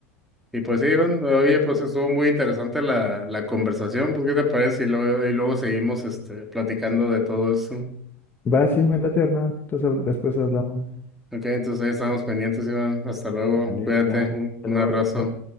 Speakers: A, in the centre; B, on the left (about 25°).
A: Y pues sí, Iván, oye, pues estuvo muy interesante la, la conversación, pues ¿qué te parece? Y luego, y luego seguimos este, platicando de todo eso.
B: Va, sí, me late, Hernán. Entonces habl- después hablamos.
A: Ok, entonces ahí estamos pendientes, Iván. Hasta luego.
B: Vale,
A: Cuídate.
B: bye.
A: Un
B: Hasta
A: un
B: luego.
A: abrazo.
B: Chao.